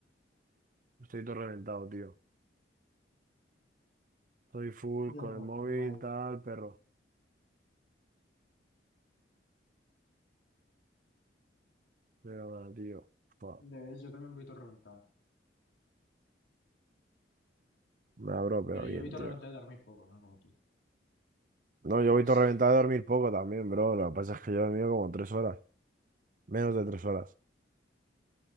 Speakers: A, on the right; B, on the left.
A: Estoy todo reventado, tío. Estoy full
B: Ya,
A: con
B: no-
A: el móvil,
B: normal.
A: tal, perro. Pero nada, tío. Fua.
B: Ya ves, yo también voy todo reventado.
A: Nah, bro, pero
B: Pero
A: bien,
B: yo voy todo
A: tío.
B: reventado de dormir poco, ¿no? Como tú.
A: No, yo voy
B: Sí.
A: todo reventado a dormir poco también, bro. Lo que pasa es que yo he dormido como tres horas. Menos de tres horas.